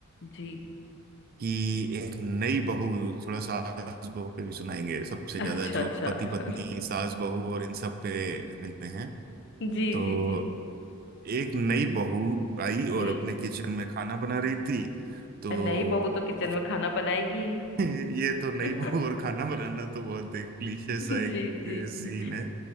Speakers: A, on the left; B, on the right.
A: जी
B: कि एक नई बहू थोड़ा सास बहू पे भी सुनाएंगे सबसे
A: अच्छा
B: ज्यादा जोक
A: अच्छा
B: पति
A: <laughs>
B: पत्नी सास बहू और इन सब पे मिलते हैं
A: जी
B: तो
A: जी जी
B: एक नई बहू आई
A: जी
B: और अपने किचन में खाना बना रही थी तो
A: अरे नई बहू तो
B: और
A: किचन
B: कुछ
A: में खाना बनाएगी
B: <laughs> ये तो नई
A: <laughs>
B: बहू और खाना बनाना तो बहुत एक क्लीशे सा
A: जी
B: एक
A: जी
B: सीन है